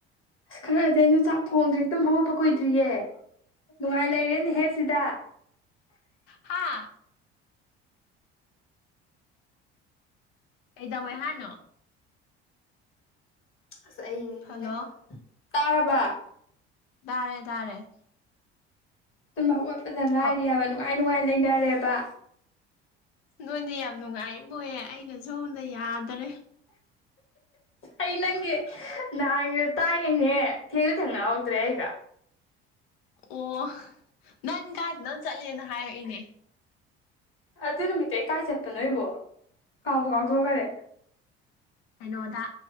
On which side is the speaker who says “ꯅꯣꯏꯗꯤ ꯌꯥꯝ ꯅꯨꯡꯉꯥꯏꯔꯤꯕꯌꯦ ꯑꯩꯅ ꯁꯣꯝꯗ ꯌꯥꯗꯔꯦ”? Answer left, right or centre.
Left